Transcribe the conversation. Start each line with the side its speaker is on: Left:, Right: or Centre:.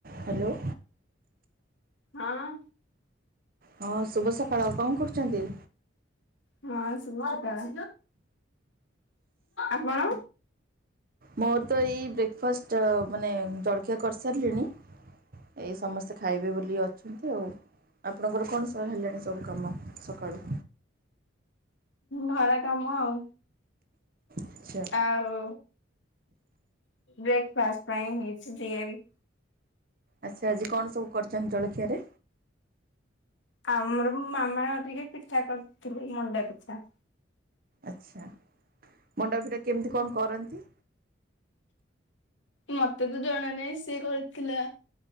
Right: ହ୍ୟାଲୋ।
Left: ହଁ
Right: ହଁ ଶୁଭ ସକାଳ କଣ କରୁଛନ୍ତି?
Left: ହଁ ଶୁଭ ସକାଳ ଆପଣ?
Right: ମୋର ତ ଏଇ ବ୍ରେକ୍ଫାଷ୍ଟ ମାନେ ଜଳଖିଆ କରିସାରିଲିଣି ଏଇ ସମସ୍ତେ ଖାଇବେ ବୋଲି ଅଛନ୍ତି ଆଉ। ଆପଣଙ୍କର କଣ ସବୁ ହେଲାଣି ସବୁ କାମ ସକାଳୁ?
Left: ଭରା କାମ ଆଉ
Right: ଆଚ୍ଛା
Left: ଆଉ ବ୍ରେକ୍ଫାଷ୍ଟ ପାଇଁ ହେଇଛି ତିଆରି।
Right: ଆଚ୍ଛା ଆଜି କଣ ସବୁ କରିୁଛନ୍ତି ଜଳଖିଆରେ?
Left: ଆମର ମାମା ଟିକେ ପିଠା କରିଥିଲେ ମଣ୍ଡା ପିଠା।
Right: ଆଚ୍ଛା ମଣ୍ଡାପିଠା କେମିତି କଣ କରନ୍ତି?
Left: ମତେ ତ ଜଣା ନହିଁ ସିଏ କରିଥିଲା